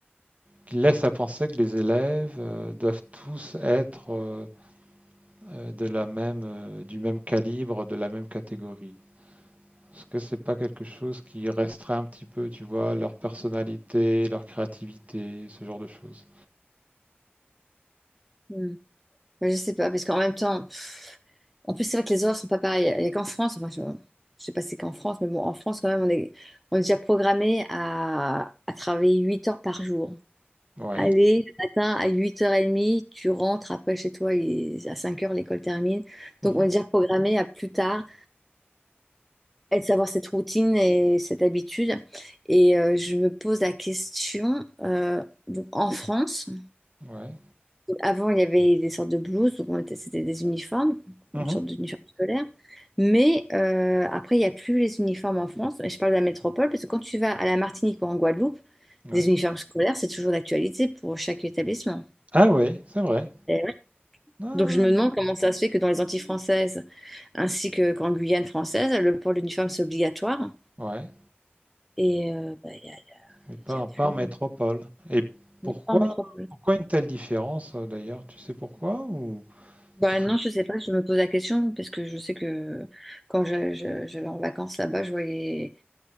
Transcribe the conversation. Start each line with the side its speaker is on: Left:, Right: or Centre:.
Right: qui laisse à penser que les élèves euh, doivent tous être euh, euh, de la même, euh, du même calibre, de la même catégorie. Est-ce que c'est pas quelque chose qui restreint un petit peu, tu vois, leur personnalité, leur créativité, ce genre de choses?
Centre: Mm. Je sais pas, parce qu'en même temps. En plus, c'est vrai que les horaires sont pas pareils. Il n'y a qu'en France, enfin, je, je sais pas si c'est qu'en France, mais bon, en France, quand même, on est, on est déjà programmé à, à travailler 8 heures par jour.
Right: Ouais,
Centre: Aller le matin à 8h30, tu rentres après chez toi il- à cinq heures l'école termine.
Right: Mhm.
Centre: Donc, on est déjà programmé à plus tard, à savoir cette routine et cette habitude. Et euh, je me pose la question, euh, donc, en France,
Right: ouais,
Centre: Avant, il y avait des sortes de blouses, donc on était- c'était des uniformes,
Right: Mhm.
Centre: une sorte d'uniforme scolaire. Mais euh, après, il n'y a plus les uniformes en France. Et je parle de la métropole, parce que quand tu vas à la Martinique ou en Guadeloupe,
Right: ouais.
Centre: des uniformes scolaires, c'est toujours d'actualité pour chaque établissement.
Right: Ah ouais, c'est vrai.
Centre: Et ouais.
Right: Ah,
Centre: Donc je me demande comment ça se fait que dans les Antilles françaises, ainsi que qu'en Guyane française, le port de l'uniforme, c'est obligatoire.
Right: ouais,
Centre: Et euh, bah, il n'y a,
Right: mais pas,
Centre: il y a plus...
Right: pas en métropole. Et pourquoi,
Centre: Non, pas en métropole.
Right: pourquoi une telle différence euh, d'ailleurs? Tu sais pourquoi ou...
Centre: Bah
Right: <laughs>
Centre: non, je sais pas, je me pose la question parce que je sais que quand je- je- j'allais en vacances là-bas, je voyais